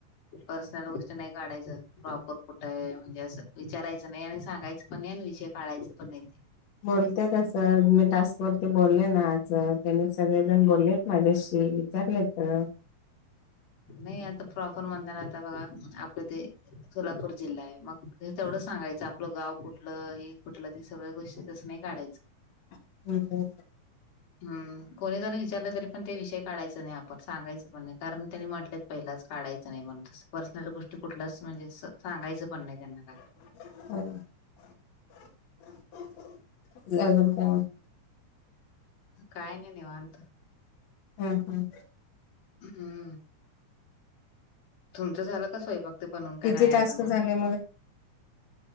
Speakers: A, on the left; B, on the left.
A: पर्सनल गोष्टी नाही काढायचं. प्रॉपर कुठं आहे म्हणजे असं विचारायचं नाही आणि सांगायचं पण नाही आणि विषय काढायच पण नाही ते.
B: बोलते तसं मी टास्क वरती बोलले ना आज त्यांनी सगळेजण बोललेत माझ्याशी. ते विचारलं तर.
A: नाही आता प्रॉपर म्हणताना आता बघा आपलं ते सोलापूर जिल्हा आहे मग हे तेवढं सांगायचं आपलं गाव कुठलं हे कुठलं ते सगळ्या गोष्टी तसं नाही काढायचं.
B: हम्म
A: हम् कोणी जरी विचारलं तरी पण ते विषय काढायचं नाही आपण सांगायचं पण नाही. कारण त्यांनी म्हटलेत पहिलाच काढायचं नाही म्हण तसं पर्सनल गोष्टी कुठलाच म्हणजे सांगायचं पण नाही त्यांना. काय
B: <unintelligible>
A: काय नाही निवांत.
B: हम् हम्.
A: हम्म. तुमचं झालं का स्वयंपाक ते बनून काय
B: किती
A: नाही
B: टास्क
A: अजून मग.
B: झाले